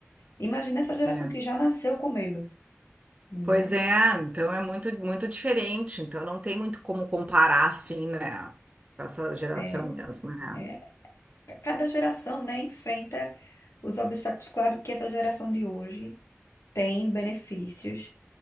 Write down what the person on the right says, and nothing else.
é.
Pois é, então é muito, muito diferente. Então, não tem muito como comparar assim, né? Com essa geração
mesmo, né?